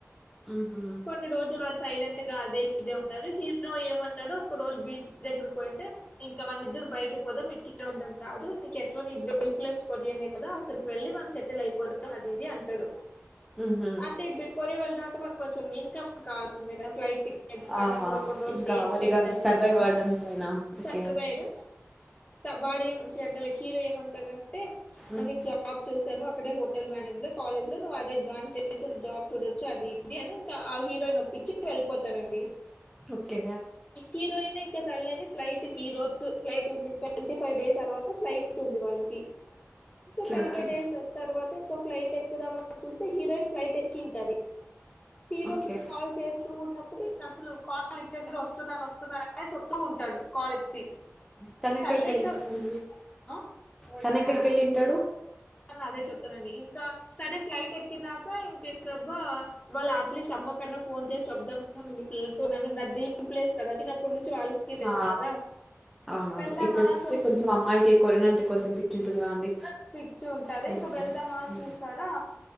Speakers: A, in the centre; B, on the left (about 25°).
A: ఉహు
B: కొన్ని రోజులు సైలెంట్ గా అదే ఇదే ఉంటారు హీరో ఏమంటాడు ఒక రోజు బీచ్ దగ్గర పోయింటే ఇంకా మన ఇద్దరు బయటకు పోదాం ఇట్లే ఉంటాం కాదు ఎట్లున్న నీకు డ్రీమ్ ప్లేస్ కొరియా నే కదా అక్కడికి వెళ్ళి మనం సెటిల్ అయిపోదం అది ఇది అంటాడు
A: ఉహు
B: అంటే కొరియా వెళ్దాం అంటే మనకు కొంచెం ఇన్కమ్ కావాల్సింది ఫ్లైట్ టికె కెట్స్ కని
A: ఆ
B: అక్కడ కొన్ని రోజులు
A: ఇంకా
B: స్టేట్
A: అవాలి
B: చేద్దాం
A: గాంధీ సర్వైవ్
B: కదా ఆ
A: అవడానికి ఆయన ఓకే
B: సరిపోయారు వాడేం చి అక్కడ హీరో ఏమంటాడాంటే ఆ
A: ఉమ్,
B: నిక్ జాబ్ చూసాము అక్కడ హోటల్ మేనేజర్ కాలేజ్ లో నువ్ అదే జాయిన్ చేసి జాబ్ చూడోచ్చ అది ఇది అని ఆ హీరోయిన్ ని ఒప్పి ఇచ్చి వెళ్ళిపోతారండి
A: ఓకే
B: హీరోయినే ఇంక సర్లే అని ఫ్లైట్ కి ఈరోజు ఫ్లైట్ ఉంది ట్వంటీ ఫైవ్ డేస్ తర్వాత ఫ్లైట్ ఉంది వాళ్ళకి so
A: okay
B: twenty
A: okay
B: five days తర్వాత ఇంకా ఫ్లైట్ ఎక్కుదామని చూస్తే హీరోయిన్ ఫ్లైట్ ఎక్కి ఉంటది హీరోకి
A: ఓకే
B: కాల్ చేస్తూ ఉన్న ఇంకా అసలు కాల్ లిఫ్ట్ చేసి వస్తున్నాను వస్తున్నాను అనే చెప్తూ ఉంటాడు కాల్ ఎత్తి
A: తను ఎక్కడికి
B: తల్లి
A: వెళ్ళింటాడు
B: ఇంకా "ఆ,
A: తను ఎక్కడికి ఏళ్ళింటాడు
B: అదే చెప్తానండి ఇంకా సరే ఫ్లైట్ ఎక్కినాక ఇంకేబ్బా వాళ్ళ అమ్మ కన్నా ఫోన్ చేసి చెబుదాం వెళ్తున్నానని నా డ్రీమ్ ప్లేస్ చిన్నప్పుడు నుంచి వాళ్ళకి తెలుసు
A: ఆ!
B: కదా
A: అవునవును
B: వెళ్దామా
A: ఇప్పుడు
B: అని
A: ఫస్ట్
B: చెప్
A: కొంచెం అమ్మాయిలకి కొరినంటే కొంచెం పిచ్చిఉంటుంది కదా అండి
B: వచ్చి ఉంటాది
A: హ్మ్.
B: ఇంకా వెళ్దామా
A: హ్మ్.
B: అని చూస్తారా